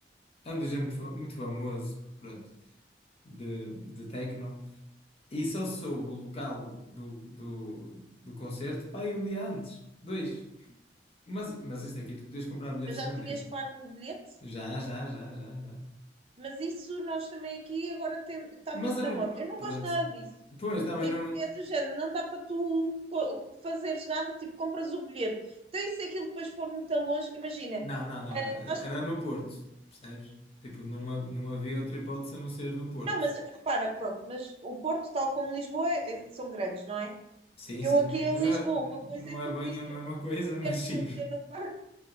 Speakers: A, on the left; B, on the right.
A: é um DJ muito, fa- muito famoso, pronto, de, de techno. E só soube o local do, do, do, do concerto, pá, aí um dia antes. Dois. Mas, mas isto aqui, tu podias comprar bilhetes
B: Eu já
A: na
B: tinhas
A: mesma.
B: pago o bilhete,
A: Já, já, já, já, já.
B: mas isso nós também aqui agora tem- está
A: Mas
B: muito
A: eu
B: na
A: não.
B: moda. Eu não
A: Pronto.
B: gosto nada disso.
A: Pois, também
B: Tipo,
A: não.
B: que é do género, não dá para tu co- fazeres nada, tipo, compras o bilhete. Então, e se aquilo depois for muito longe, imagina,
A: Não, não, não.
B: acho,
A: Era no Porto, percebes? Tipo, não, ha- não havia outra hipótese a não ser no Porto.
B: não, mas repara, pronto, mas o Porto, tal como Lisboa, é- é, são grandes, não é?
A: Sim,
B: Eu
A: sim.
B: aqui em
A: Ah,
B: Lisboa, uma
A: não
B: coisa é
A: é
B: tu
A: bem
B: me dizeres,
A: a mesma
B: ah,
A: coisa,
B: o concerto
A: mas sim.
B: vai ser no Parque